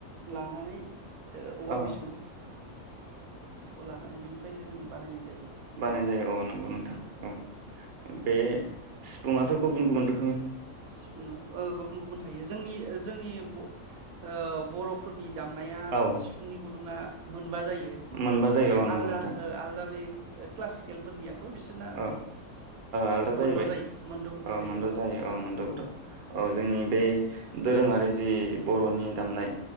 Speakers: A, on the right; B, on the right.
A: लानानै ओ औवा
B: औ
A: बिजौ। खौ लानानै बिनिफ्रायनो जों बानायनाय जा
B: बानायनाय जायो औ नंगौ नोंथां औ बे। सिफुंआथ' गुबुन गुबुन रोखो
A: सिफुंङा ओ गुबुन गुबुन थायो जोंनि जोंनि बय ओ बर'फोरनि। दामनाया
B: औ
A: सिफुंनि गुदुं गुदुंआ मोन बा जायो ओमफ्राय
B: मोनबा जायो औ नंगौ
A: आलादा
B: नोंथां
A: ओ आलदा बै। ओ क्लासिकेलफोरनिया। थ' बिसोरना
B: औ आलदा जाहैबाय
A: मोनद' जायो मोनद' गुदुं थायो
B: मोनद'
A: औ।
B: जायो औ
A: आलादा
B: मोनद'
A: जायो
B: गुदुं औ जोंनि बे दोरोङारि जि बर'नि दामनाय।